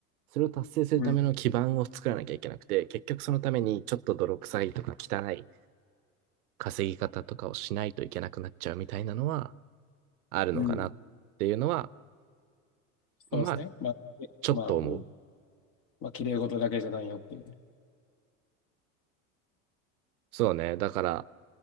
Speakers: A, on the right; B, on the left.
A: それを達成するための基盤を作らなきゃいけなくて、
B: うん
A: 結局そのためにちょっと泥臭いとか汚い稼ぎ方とかをしないといけなくなっちゃうみたいなのはあるのかなっていうのは、
B: うんそうですねまあえまあうん
A: まあ、ちょっと思う。
B: まあ綺麗事だけじゃないよっていうね
A: そうね。だから、